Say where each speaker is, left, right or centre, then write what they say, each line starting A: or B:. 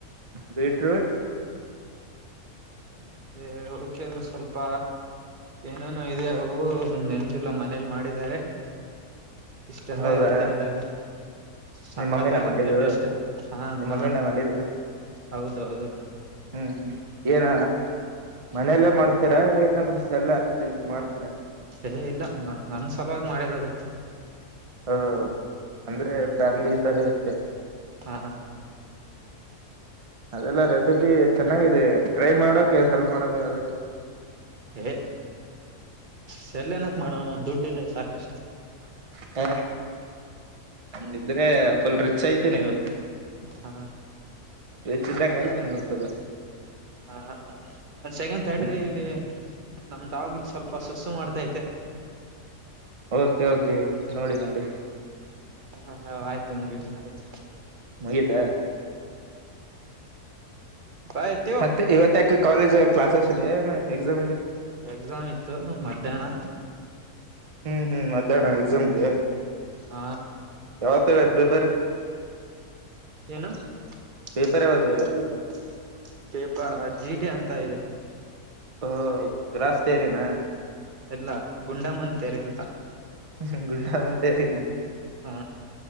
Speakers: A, on the right; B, on the right.
A: ಬೀಟ್ರೂಟ್
B: ಮತ್ತೇ <unintelligible> ಸ್ವಲ್ಪ ಏನೇನೋ ಇದೆ ಅವು ನೆನ್ಪಿಲ್ಲ ಮನೇಲಿ ಮಾಡಿದ್ದಾರೆ ಇಷ್ಟೆಲ್ಲ
A: ಹೌದಾ
B: ಇರುತ್ತೆ ಅದರಲ್ಲಿ ಸಕ್ಕತ್ತಾಗಿ
A: ನಿಮ್ಮ ಮಮ್ಮಿನ ಮಾಡಿದ್ದು
B: ಇರುತ್ತೆ ಟೇಸ್ಟ್ ಹಾ
A: ನಿಮ್ಮ
B: ಹಾ
A: ಮಮ್ಮಿನ ಮಾಡಿದ್ದು
B: ಹೌದೌದು
A: ಹ್ಮ್ ಹ್ಮ್ ಏನ ಮನೆಯಲ್ಲೇ ಮಾಡ್ತೀರಾ ಇಲ್ಲ ಏನಾದ್ರು ಸೆಲ್ ರೀತಿ ಮಾಡ್ತೀರಾ
B: ಏ ಇಲ್ಲ ನನ್ ಸಲುವಾಗಿ ಮಾಡಿರೋದು
A: ಹ ಅಂದ್ರೆ
B: ಹ
A: ಫ್ಯಾಮಿಲಿ ಈ ಥರ ಇರುತ್ತೆ
B: ಹಾ
A: ಅದೆಲ್ಲ ರೆಸಿಪಿ ಚೆನ್ನಾಗಿದೆ ಟ್ರೈ ಮಾಡೋಕೆ ಸೆಲ್ ಮಾಡೋದು ಅದೇ
B: ಏ ಸೇಲ್ ಏನಕ್ ಮಾಡೋಣ ದುಡ್ಡ ಇದೆ ಸಾಕಷ್ಟು
A: ಹ ಹಂಗಿದ್ರೆ ಫುಲ್ ರಿಚ್ ಐತಿ ನೀವು
B: ಹಾ
A: ವಚ್ಚಿದ್ದಂಗ ಆಯ್ತೆ ನವು ಸಲ್ಲ
B: ಹ ಹ ಒಂದ್ ಸೆಗಂಡ್ ತಡ್ರಿ ಇಲ್ಲಿ ನಮ ಡಾಗ ಇನ್ ಸ್ವಲ್ಪ ಸುಸು ಮಾಡ್ತೈತೆ
A: ಓಕೆ ಓಕೆ ನೋಡಿ ನೋಡಿ
B: ಹ ಹ ಆಯ್ತು ಮುಗಿಸಯ್ತು
A: ಮುಗಿತ
B: ಬಾಯ್ ತ್ಯೂ
A: ಮತ್ತೆ ಇವತ್ತ ಯಾಕೆ ಕಾಲೇಜ್ ಕ್ಲಾಸಸ್ ಇದೆ ಏ ಎಕ್ಸಾಮ್ ಇದೆ
B: ಎಕ್ಸಾಮ್ ಇತ್ತು ಮಧ್ಯಾಹ್ನ
A: ಹ್ಮ್ ಹ್ಮ್ ಮತ್ತೆ ಅಣ ಎಕ್ಸಾಮ್ದೆ
B: ಹ
A: ಯಾವಾಗ ಆತ್ ಪ್ರಿಪೇರ್
B: ಏನು <unintelligible>
A: ಪೇಪರ್ ಯಾವ್ದು ಇವತ್ತು
B: ಪೇಪರ್ ಚೀಟಿ ಅಂತ ಇದೆ
A: ಓ ಗ್ರಾಪ್ ಥಿಯರಿ ನ
B: ಎಲ್ಲ ಗುಂಡಮ್ಮ ಥಿಯರಿ ಎಂತ
A: ಹ್ಮ ಗುಂಡಮ್ಮ ಥಿಯರಿ
B: ಹಾ